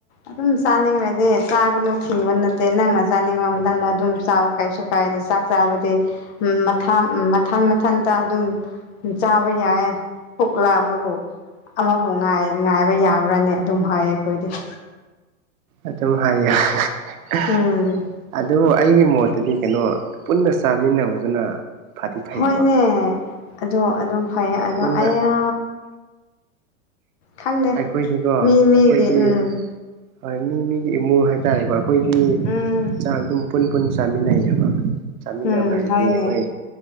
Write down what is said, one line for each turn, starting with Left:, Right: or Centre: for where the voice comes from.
Left: ꯑꯗꯨꯝ ꯆꯥꯅꯤꯡꯔꯗꯤ ꯆꯥꯒꯅꯨ ꯊꯤꯡꯕ ꯅꯠꯇꯦ ꯅꯪꯅ ꯆꯥꯅꯤꯡꯕ ꯃꯇꯝꯗ ꯑꯗꯨꯝ ꯆꯥꯎ ꯀꯩꯁꯨ ꯀꯥꯏꯗꯤ ꯆꯥꯛ ꯆꯥꯕꯗꯤ ꯎꯝ ꯃꯊꯥꯟ ꯃꯊꯟ ꯃꯊꯟꯇ ꯑꯗꯨꯝ ꯎꯝ ꯆꯥꯕ ꯌꯥꯏꯑꯦ ꯄꯨꯛ ꯂꯥꯝꯃꯕꯨ꯫ ꯑꯃꯕꯨ ꯉꯥꯏ ꯉꯥꯏꯕ ꯌꯥꯕ꯭ꯔꯥꯅꯦ ꯑꯗꯨꯝ ꯍꯥꯏꯌꯦ ꯑꯩꯈꯣꯏꯗꯤ <unintelligible>
Right: ꯑꯗꯨꯝ ꯍꯥꯏꯌꯨ <unintelligible>
Left: ꯎꯝ
Right: ꯑꯗꯨ ꯑꯩꯒꯤ ꯃꯣꯠꯇꯗꯤ ꯀꯩꯅꯣ ꯄꯨꯟꯅ ꯆꯥꯃꯤꯟꯅꯕꯗꯨꯅ ꯐꯗꯤ ꯐꯩꯀꯣ
Left: ꯍꯣꯏꯅꯦ ꯑꯗꯣ ꯑꯗꯨꯝ ꯐꯩꯌꯦ ꯑꯗꯣ
Right: ꯄꯨꯟꯅ
Left: ꯑꯩꯌꯥ꯫ ꯈꯪꯗꯦ
Right: ꯑꯩꯈꯣꯏꯗꯤꯀꯣ
Left: ꯃꯤ ꯃꯤꯒꯤ
Right: ꯑꯩꯈꯣꯏꯗꯤ
Left: ꯎꯝ
Right: ꯍꯣꯏ ꯃꯤ ꯃꯤꯒꯤ ꯏꯃꯨꯡ ꯍꯥꯏꯇꯥꯔꯦꯀꯣ ꯑꯩꯈꯣꯏꯗꯤ
Left: ꯎꯝ
Right: ꯆꯥꯛ ꯑꯗꯨꯝ ꯄꯨꯟ ꯄꯨꯟ ꯆꯥꯃꯤꯟꯅꯩꯑꯦꯕ ꯆꯥꯃꯤꯟꯅꯕ
Left: ꯎꯝ
Right: ꯍꯥꯏꯗꯤ
Left: ꯍꯣꯏꯅꯦ
Right: ꯑꯩꯈꯣꯏ